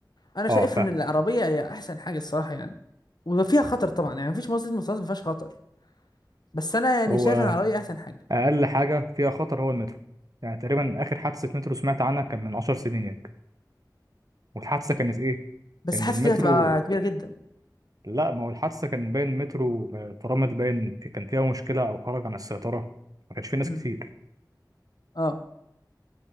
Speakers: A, on the left (about 65°); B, on the right (about 55°).
A: انا شايف
B: اه فاهم
A: ان العربيه هي احسن حاجه الصراحه يعني وفيها خطر طبعا يعني مفيش وسيله مواصلات ما فيهاش خطر بس انا يعني
B: هو
A: شايف ان العربيه احسن حاجه
B: اقل حاجه فيها خطر هو المترو يعني تقريبا اخر حادثه مترو سمعت عنها كان من 10 سنين يعني والحادثه كانت ايه
A: بس
B: ان
A: حاسس
B: المترو
A: دي هتبقى كبيره جدا
B: لا ما هو الحادثه كان باين المترو فرامل باين كان فيها مشكله او خرج عن السيطره ما كانش فيه ناس
A: مم.
B: كتير
A: اه